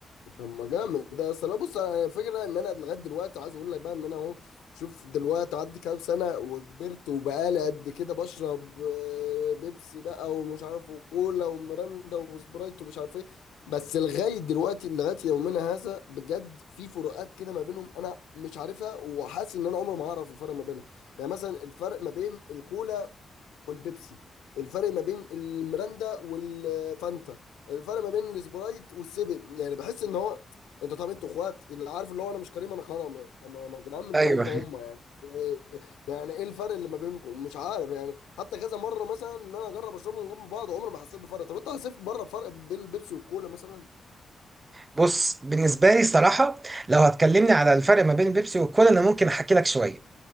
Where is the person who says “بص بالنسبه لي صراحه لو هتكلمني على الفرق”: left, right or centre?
Right